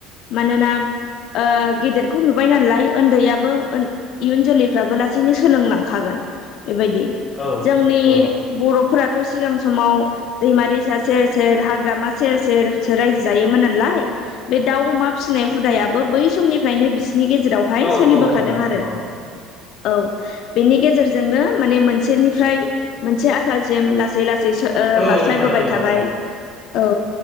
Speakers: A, on the left (about 55°); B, on the left (about 35°).
A: मानोना। ओ गेदेरखौ नुबाय नालाय ओन्दैयाबो इयुन जोलैफ्राबो लासैनो सोलोंलांखागोन। बेबायदि
B: औ
A: जोंनि
B: औ
A: बर'फोरा। थ' सिगां समाव दैमा दैसा सेर सेर हाग्रामा सेर सेर सो रायजो। दायोमोन नालाय बे दाउ अमा फिनाय हुदायाबो बै समनिफ्रायनो बि। गेजेरावहाय
B: औ
A: सोलिबोदों
B: औ नोंथां
A: आरो
B: औ
A: औ बेनि गेजेर। जोंनो माने मोनसेनिफ्राय मोनसे आथालसिम लासै लासै। <unintelligible> ओ
B: औ
A: बारस्लायबोबाय
B: नोंथां औ
A: थाबाय
B: औ
A: औ